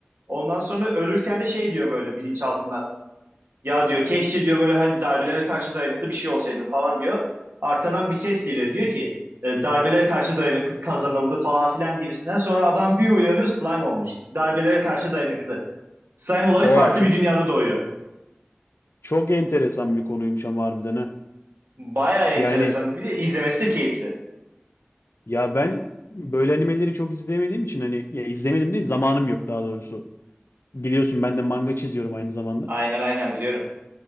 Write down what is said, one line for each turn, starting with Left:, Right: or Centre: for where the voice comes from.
Right: Ondan sonra ölürken de şey diyor böyle bilinçaltından. Ya diyor keşke diyor böyle hani darbelere karşı dayanıklı bir şey olsaydım falan diyor. Arkadan bir ses geliyor diyor ki e, darbelere karşı dayanıklı kazanıldı falan filan gibisinden. Sonra adam bir uyanıyor slime olmuş. Darbelere karşı dayanıklı. Slime olarak
Left: Oha
Right: farklı
Left: çok,
Right: bir dünyada doğuyor.
Left: çok enteresan bir konuymuş ama harbiden ha.
Right: Bayağı enteresan.
Left: Yani
Right: Bir de izlemesi de keyifli.
Left: ya ben böyle animeleri çok izleyemediğim için hani ya izlemedim değil zamanım yok daha doğrusu. Biliyorsun ben de manga çiziyorum aynı zamanda.
Right: Aynen aynen biliyorum.